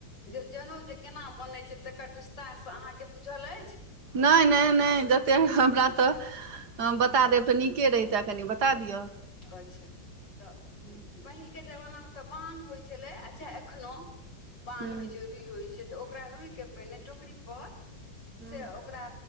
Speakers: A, on the left; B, on the right.
A: जे जनैउ जे केना बनै छै तकर विस्तार से अहाँके बुझल अछि।
B: नहि नहि जतेक हमरा तऽ। बता देब तऽ नीके रहिते कनि बता दिअ।
A: अच्छा तऽ।
B: हू।
A: पहिल के जमाना में तऽ बांग होइ छले अच्छा एखनो बांग
B: हूँ
A: होइ छै। रुइ होइ छै तऽ ओकरा रुइ के पहिने टोकरी पर
B: हूँ
A: से ओकरा।